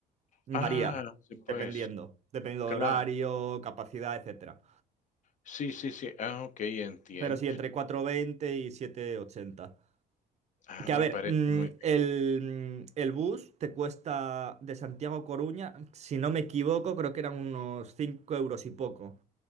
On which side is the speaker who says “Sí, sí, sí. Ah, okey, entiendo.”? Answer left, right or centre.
Left